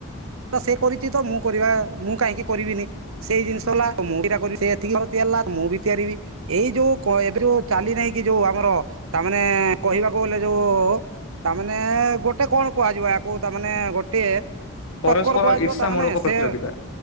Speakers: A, on the right; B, on the left.
A: ସେ କରିଛି ତ ମୁଁ କରିବା ମୁଁ କାହିଁକି କରିବିନି ସେଇ ଜିନିଷ ହେଲା ମୁଁ ଏଇଟା କରିବି ସେ ଏତିକି ଥର ମୁଁ ବି ତିଆରିିବି ଏଇ ଯୋଉ ଏବେ ଯୋଉ ଚାଲି ନାହିଁ କି ଯୋଉ ଆମର ତାମାନେ କହିବାକୁ କ ଯୋଉ ତାମାନେ ଗୋଟେ କଣ କୁହାଯିବ ୟାକୁ ତାମାନେ ଗୋଟେ
B: ପରସ୍ପର
A: ଟକ୍କର କୁହାଯିବ
B: ଈର୍ଷା
A: ତାମାନୋନେ
B: ମୂଳକ ପ୍ରତିଯୋଗିତା
A: ସେ